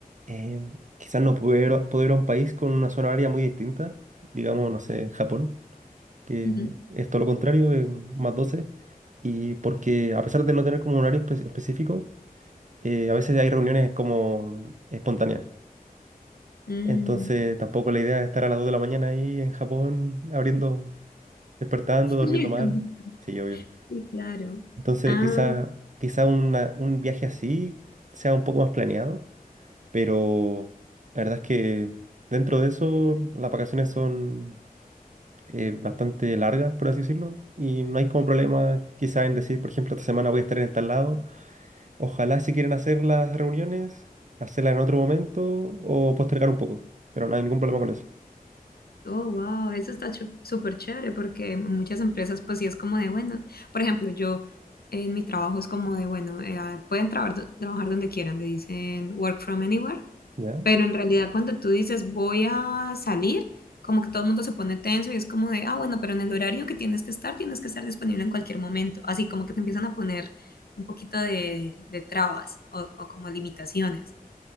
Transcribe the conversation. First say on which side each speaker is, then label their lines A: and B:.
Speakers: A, on the right; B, on the left.
A: eh, quizás no puedo ir, a puedo ir a un país con una zona horaria muy distinta, digamos, no sé, Japón, que
B: Ujú.
A: es todo lo contrario, es más 12. y porque a pesar de no tener como un horario espe- específico, eh, a veces hay reuniones como espontáneas.
B: Mm.
A: Entonces tampoco la idea es estar a las 2 de la mañana ahí en Japón abriendo despertando,
B: <laughs>
A: durmiendo mal. Sí, obvio.
B: Sí, claro.
A: Entonces,
B: Ah,
A: quizá, quizá una- un viaje así sea un poco más planeado, pero la verdad es que dentro de eso las vacaciones son eh, bastante largas, por así decirlo, y no hay como problema quizá en decir, por ejemplo, esta semana voy a estar en tal lado. Ojalá si quieren hacer las reuniones, hacerlas en otro momento o postergar un poco, pero no hay ningún problema con eso.
B: oh, wow, eso está chu- súper chévere porque en muchas empresas pues sí es como de, bueno, por ejemplo, yo en mi trabajo es como de, bueno, eh, ah, pueden trabar- trabajar donde quieran, le dicen work from anywhere,
A: ¿Ya?
B: pero en realidad cuando tú dices voy a salir, como que todo el mundo se pone tenso y es como de, ah, bueno, pero en el horario que tienes que estar, tienes que estar disponible en cualquier momento, así como que te empiezan a poner un poquito de, de trabas o, o como limitaciones.